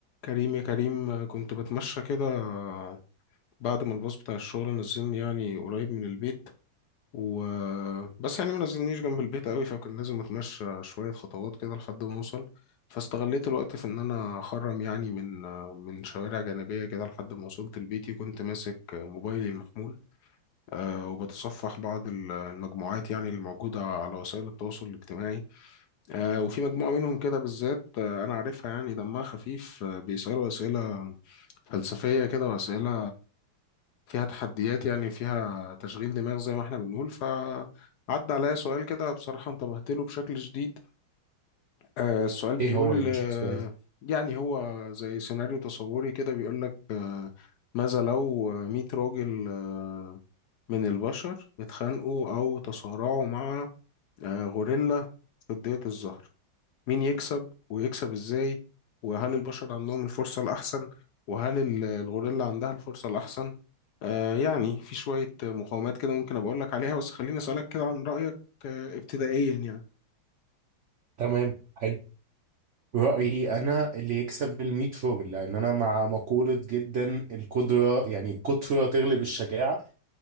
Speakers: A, on the left; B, on the right.
A: كريم يا كريم آه، كنت بتمشى كده آه، بعد ما الباص بتاع الشغل نزلني يعني قريب من البيت و بس يعني ما نزلنيش جنب البيت قوي فكان لازم اتمشى شوية خطوات كده لحد ما اوصل فاستغليت الوقت في ان انا اخرم يعني من آه، من شوارع جانبية كده لحد ما وصلت لبيتي كنت ماسك آه، موبايلي المحمول آه، وبتصفح بعض ال- المجموعات يعني اللي موجودة على وسائل التواصل الاجتماعي آه، وفي مجموعة منهم كده بالذات آه، أنا عارفها يعني دمها خفيف آه، بيسألوا أسئلة فلسفية كده وأسئلة فيها تحديات يعني فيها تشغيل دماغ زي ما احنا بنقول فعدى عليا سؤال كده بصراحة انتبهت له بشكل شديد آه، السؤال بيقول
B: ايه هو يا باشا
A: آه،
B: السؤال
A: يعني هو زي سيناريو تصوري كده بيقول لك آه، ماذا لو 100 راجل آه، من البشر اتخانقوا أو تصارعوا مع آه، غوريلا في ضية الظهر مين يكسب ويكسب ازاي وهل البشر عندهم الفرصة الأحسن وهل ال- الغوريلا عندها الفرصة الأحسن آه يعني في شوية مقاومات كده ممكن أبقى أقولك عليها بس خليني أسألك كده عن رأيك آه ابتدائيا يعني
B: تمام حلو رأيي انا اللي يكسب الميت فوجل لان انا مع مقولة جدا القدرة يعني القدرة تغلب الشجاعة